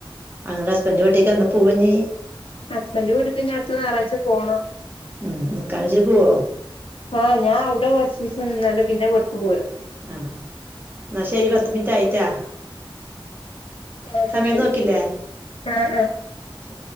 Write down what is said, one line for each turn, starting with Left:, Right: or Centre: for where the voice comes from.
Right: അങ്ങനെ ഹസ്ബൻഡ വീട്ടിക്ക് ന്നപ്പോ പോയിനി
Left: ഹസ്ബൻഡ് വീട്ട്ക്ക്ഞ്ഞി അടുത്ത ഞായറാഴ്ച പോണം
Right: ഉം നിക്കാനെച്ചു പോവോ?
Left: ആഹ് ഞാൻ അവിടെ കുറചീസം നിന്നാൽ പിന്നെ ഇവിടക്ക് പോരും
Right: ആഹ് ന്നാ ശരി പത്ത് മിനിറ്റ് ആയിട്ടാ
Left: അഹ് ന്ന
Right: സമയം
Left: ശരി
Right: നോക്കില്ലേ
Left: ആഹ് ആഹ്
Right: ശരി